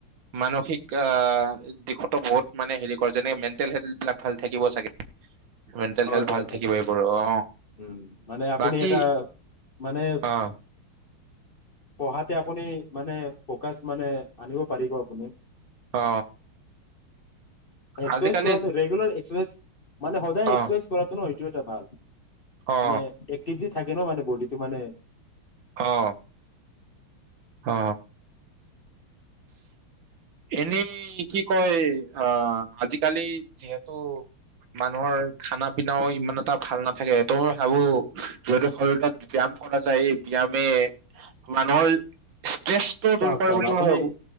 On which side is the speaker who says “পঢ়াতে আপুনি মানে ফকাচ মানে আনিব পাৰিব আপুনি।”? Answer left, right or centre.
Left